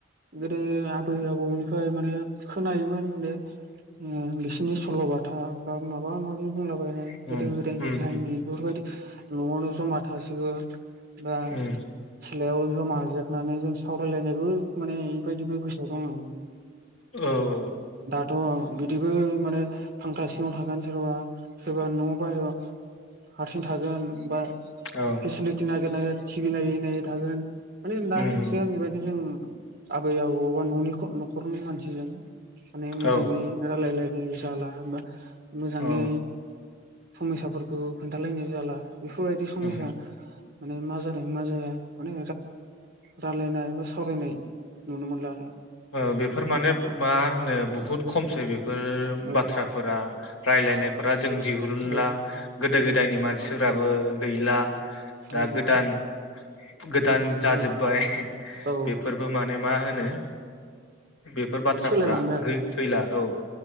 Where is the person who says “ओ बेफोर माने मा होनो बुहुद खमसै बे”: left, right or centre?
Left